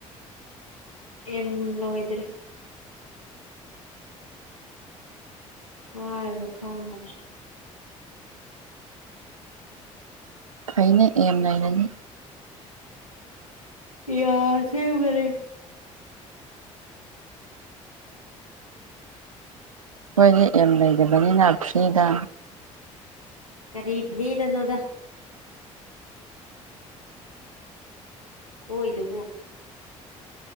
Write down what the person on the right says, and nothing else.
ꯐꯩꯅ ꯌꯦꯦꯝ ꯂꯩꯥꯏꯅꯅꯤ
ꯑꯩꯈꯣꯏꯒꯤ ꯑꯦꯝ ꯂꯩꯇꯕꯅꯤꯅ ꯐ꯭ꯔꯤꯗ